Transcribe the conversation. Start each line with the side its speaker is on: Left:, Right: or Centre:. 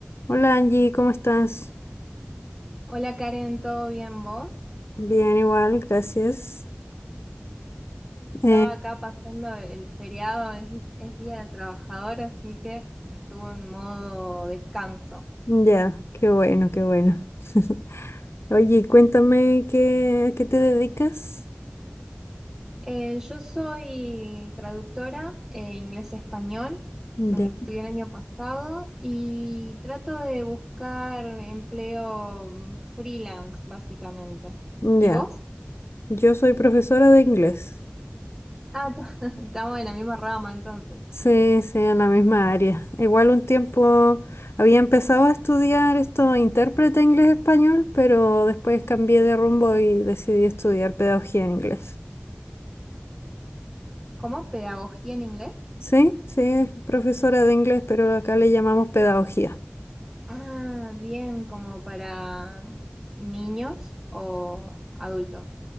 Left: Hola Angie, ¿cómo estás?
Centre: Hola Karen, ¿todo bien vos?
Left: Bien, igual, gracias. Eh,
Centre: Estaba acá pasando el feriado, es, es Día del Trabajador, así que estuvo en modo descanso.
Left: ya, qué bueno, qué bueno. <laughs> Oye, cuéntame qué, a qué te dedicas.
Centre: Eh, yo soy traductora, eh, inglés-español,
Left: Ya,
Centre: me recibí el año pasado y trato de buscar empleo mm, freelance, básicamente.
Left: ya.
Centre: ¿Y vos?
Left: Yo soy profesora de inglés.
Centre: Ah, <laughs> estamos en la misma rama entonces.
Left: Sí, sí, en la misma área. Igual un tiempo había empezado a estudiar esto, intérprete inglés-español, pero después cambié de rumbo y decidí estudiar pedagogía en inglés.
Centre: ¿Cómo? ¿Pedagogía en inglés?
Left: Sí, sí, es profesora de inglés, pero acá le llamamos pedagogía.
Centre: Ah, bien, como para niños o adultos.